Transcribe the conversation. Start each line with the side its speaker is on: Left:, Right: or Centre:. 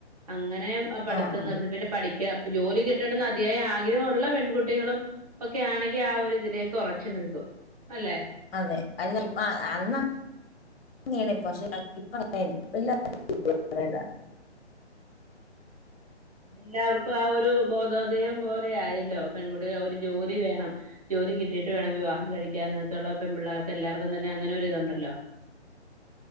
Right: അങ്ങനെ പഠിത്തം
Left: ആഹ് ആഹ്
Right: നിർത്തി പിന്നെ പഠിക്കാ ജോലി കിട്ടണെന്ന് അതിയായ ആഗ്രഹം ഒള്ള പെൺകുട്ടികളും ഒക്കെ ആണെങ്കി ആ ഒരു ഇതിലേക്ക് ഒറച്ച് നിൽക്കും അല്ലെ
Left: അതെ <unintelligible> അപ്പ അന്ന് അങ്ങനെയാണിപ്പ പക്ഷെ <unintelligible>
Right: എല്ലാവർക്കും ആ ഒരു ബോധോധയം പോലെ ആയല്ലോ പെൺകുട്ടി ഒരു ഒരു ജോലി വേണം ജോലി കിട്ടിയിട്ട് വേണം വിവാഹം കഴിക്കാൻ എന്നക്കെയുള്ള പെപിള്ളേർക്ക് എല്ലാവർക്കും തന്നെ അങ്ങനെ ഒരിതുണ്ടല്ലോ